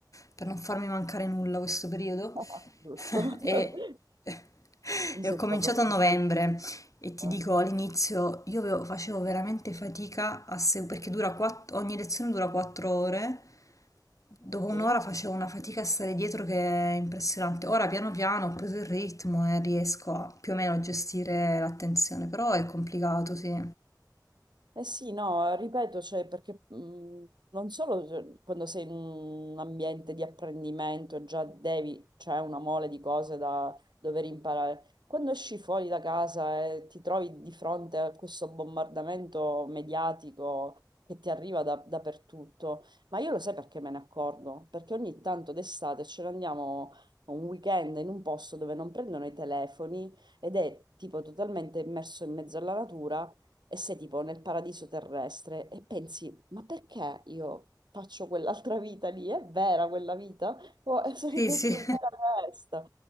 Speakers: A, on the left; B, on the right.
A: per non farmi mancare nulla questo periodo.
B: <laughs> Giusto?
A: <laughs>
B: <laughs>
A: E, <laughs>
B: Mi
A: e
B: sembra
A: ho cominciato
B: proprio
A: a novembre.
B: giusto.
A: E ti
B: eh?
A: dico, all'inizio io avevo- facevo veramente fatica a se- perché dura quatt- ogni lezione dura 4 ore. Dopo un'ora
B: Sì.
A: facevo una fatica a stare dietro che è impressionante. Ora piano piano ho preso il ritmo e riesco a più o meno a gestire l'attenzione, però è complicato, sì.
B: Eh sì, no, ripeto, cioè, perché mh, non solo cioè, quando sei in un ambiente di apprendimento già devi, c'è una mole di cose da dover imparare. Quando esci fuori da casa e ti trovi di fronte a questo bombardamento mediatico che ti arriva da- dappertutto, ma io lo sai perché me ne accorgo? Perché ogni tanto d'estate ce ne andiamo un weekend in un posto dove non prendono i telefoni ed è tipo totalmente immerso in mezzo alla natura e sei tipo nel paradiso terrestre e pensi, ma perché io faccio quell'altra vita lì? È vera quella vita? O eh, sarebbe
A: Sì, sì.
B: più bella questa?